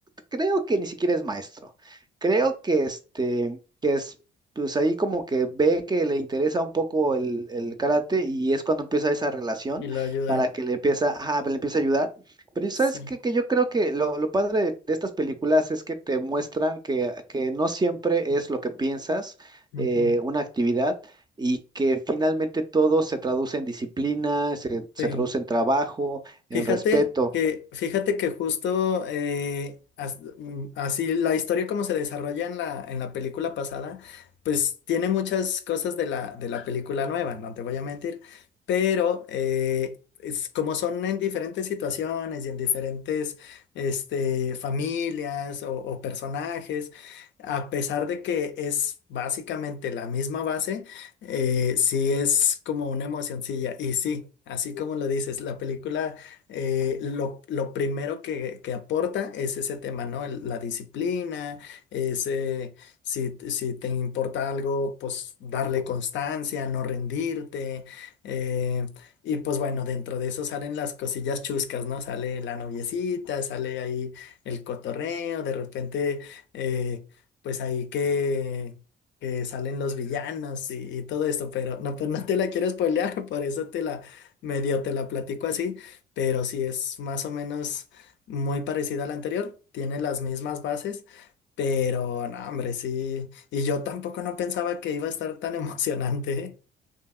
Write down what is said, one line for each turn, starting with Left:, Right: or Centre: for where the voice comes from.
Right: creo que ni siquiera es maestro. Creo que este, que es, pues ahí como que ve que le interesa un poco el, el karate y es cuando empieza esa relación
Left: y lo ayuda,
Right: para que le empieza, ajá, le empieza a ayudar. Pero ¿y
Left: sí,
Right: ¿sabes qué? Que yo creo que lo, lo padre de, de estas películas es que te muestran que, que no siempre es lo que piensas
Left: ujú,
Right: eh, una actividad y que finalmente todo se traduce en disciplina, se, se
Left: sí.
Right: traduce en trabajo,
Left: Fíjate
Right: en respeto.
Left: que, fíjate que justo eh, as- mm, así la historia como se desarrolla en la, en la película pasada, pues tiene muchas cosas de la, de la película nueva, no te voy a mentir, pero eh, es, como son en diferentes situaciones y en diferentes este, familias o, o personajes, a pesar de que es básicamente la misma base, eh, sí es como una emocioncilla y sí. Así como lo dices, la película eh, lo, lo primero que, que aporta es ese tema, ¿no? El- la disciplina, ese, si, si te importa algo, pues darle constancia, no rendirte. eh, y pues bueno, dentro de eso salen las cosillas chuscas, ¿no? Sale la noviecita, sale ahí el cotorreo, de repente, eh, pues ahí que... que salen los villanos y, y todo esto, pero no, pues no te la quiero spoilear, <laughs> por eso te la medio te la platico así pero sí es más o menos muy parecida a la anterior, tiene las mismas bases, pero no, hombre, sí, y yo tampoco no pensaba que iba a estar tan <laughs> emocionante. ¿eh?